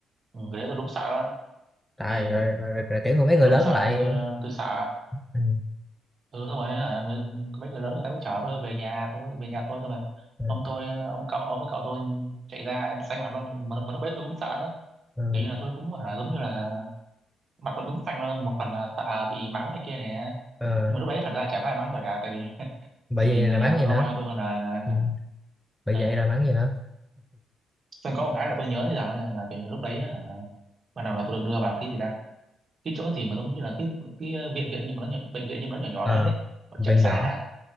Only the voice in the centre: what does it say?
trời
rồi, rồi, rồi, rồi kiểu người mấy người
lớn
lại
ừ,
ừ,
ừ,
ờ,
bởi
vậy
là
bắn
gì
nữa
ừ. bởi
vậy là bắn gì nữa
ờ,
viện
nhỏ